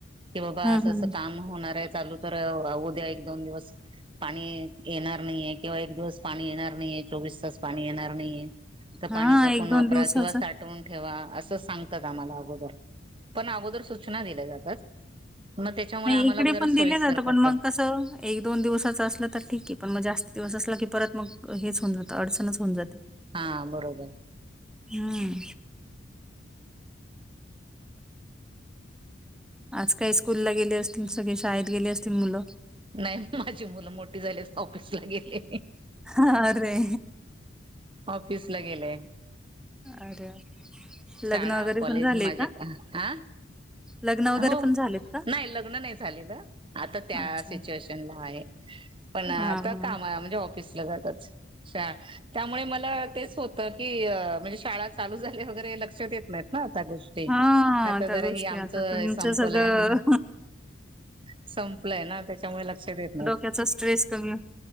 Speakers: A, on the right (about 25°); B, in the centre.
A: कि बाबा
B: हं
A: असं
B: हं
A: असं काम होणार आहे चालू तर होऊ द्या एक दोन दिवस पाणी येणार नाहीये किंवा एक दिवस पाणी येणार नाहीये चोवीस तास पाणी येणार नाहीये तर
B: हा
A: पाणीचा
B: एक
A: पण
B: दोन
A: वापरा
B: दिवसाच
A: किंवा सा साठवून ठेवा असं सांगतात आम्हाला अगोदर पण अगोदर सूचना दिल्या जातात मग त्याच्यामुळे
B: नाही
A: आम्हाला
B: इकडे
A: जरा
B: पण
A: सोयीस्कर
B: दिले जात पण
A: पडतं.
B: मग कसं एक दोन दिवसाच असलं तर ठीक आहे पण मग जास्त दिवस असला की परत मग हेच होवून जातं अडचणच होऊन जाते
A: हा बरोबर
B: हम्म आज काही स्कूलला गेले असतील सगळे शाळेत गेले असतील मुलं
A: नाही माझी मुलं मोठी झाली ऑफिसला गेली
B: अरे
A: ऑफिसला गेलाय
B: अरे लग्न
A: शाळा
B: वगैरे
A: कॉलेज
B: पण झालेय
A: माझ्या
B: का
A: हा
B: लग्न वगैरे
A: हो
B: पण झालेत का?
A: नाही लग्न नाही झालेलं आता त्या
B: अच्छा
A: सिच्युएशनला आहे पण आ
B: हा हा
A: काम म्हणजे ऑफिसला जातच त्यामुळे मला तेच होतं की म्हणजे शाळा चालू झाल्या वगैरे लक्षात येत नाहीत ना आ त्या गोष्टी
B: हा
A: आता
B: त्या
A: जरा
B: गोष्टी
A: ह आम
B: आता तुमचं
A: संपलं
B: सगळं
A: संपलंय ना त्याच्यामुळे लक्ष देत नाही
B: त्याचा स्ट्रेस कमी